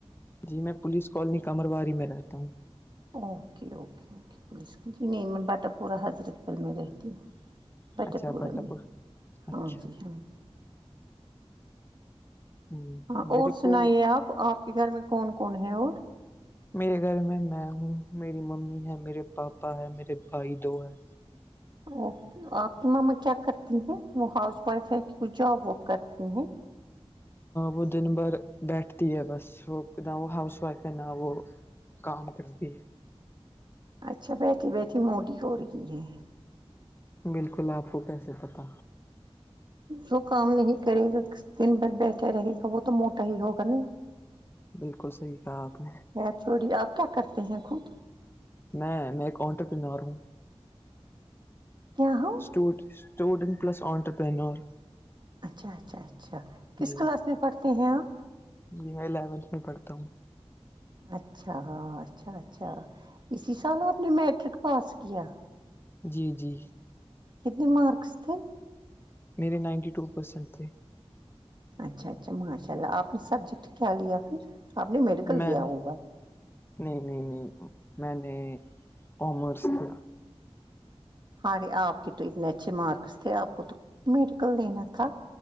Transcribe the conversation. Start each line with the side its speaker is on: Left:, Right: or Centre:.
Left: جی میں پولیس کالونی قمرواری میں رہتا ہوں
Right: اوکے اوکے اوکے پولیس کے جی نہیں میں باٹا پورہ حضرت بل میں رہتی ہوں بٹک
Left: اچھا
Right: پورہ
Left: بٹا
Right: میں
Left: پور
Right: ہاں
Left: اچھا
Right: جی ہاں جی
Left: ہ
Right: ہاں اور
Left: میرے
Right: سنائیے
Left: کو
Right: آپ آپ کے گھر میں کون کون ہے اور
Left: میرے گھر میں میں ہوں میری ممی ہے میرے پاپا ہے میرے بھائی دو ہیں
Right: اوکے آپ کی ماما کیا کرتی ہیں وہ ہاؤس وائف ہے کہ وہ جاب واب کرتی ہیں
Left: وہ دن بھر بیٹھتی ہے بس وہ نہ وہ ہاؤس وائف ہے نہ وہ کام کرتی ہے
Right: اچھا بیٹھی بیٹھی موٹی ہو رہی ہے
Left: بلکل آپ کو کیسے پتہ
Right: وہ کام نہیں کرے گا دن بھر بیٹھے رہے گا وہ تو موٹا ہی ہوگا نہیں
Left: بالکل صحیح کہا آپ نے
Right: خیر چھوڑیے آپ کیا کرتے ہیں خود
Left: میں میں ایک آنٹرپنور ہوں
Right: ا <unintelligible> <unintelligible>
Left: سٹوڑ اسٹوڈنٹ پلس آٹرپرینور
Right: اچھا اچھا اچھا کس
Left: جی
Right: کلاس میں پڑھتے ہیں آپ
Left: جی میں الیونتھ میں پڑھتا ہوں
Right: اچھا اچھا اچھا اسی سال آپ نے میٹرک پاس کیا
Left: جی جی
Right: کتنے مارکس تھے
Left: میرے نائنٹی ٹو پرسینٹ تھے
Right: اچھا اچھا ماشاء اللہ آپ نے سبجیکٹ کیا لیا پھر آپ نے میڈیکل
Left: میں
Right: لیا ہوگا
Left: نہیں نہیں نہیں میں نے کامرس لیا
Right: ہاارے آپ کے تو اتنے اچھے مارکس تھے آپ کو تو میڈیکل لینا تھا